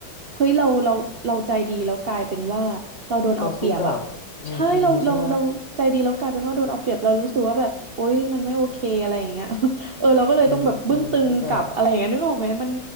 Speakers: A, on the right (about 75°); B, on the left (about 40°).
A: เฮ้ยเราเราเราใจดีแล้วกลายเป็นว่าเราโดนเอาเปรียบอ่ะ
B: ต้องสู้กลับอืมอืมใช่
A: ใช่เราเราเราใจดีแล้วกลายเป็นว่าโดนเอาเปรียบเรารู้สึกว่าแบบโอ๊ยมันไม่โอเคอะไรอย่างเงี้ย <laughs> เออเราก็เลยต้องแบบบึ้งตึงกลับอะไรอย่างเงี้ยนึกออกไหมมัน
B: เออเออเข้าใจ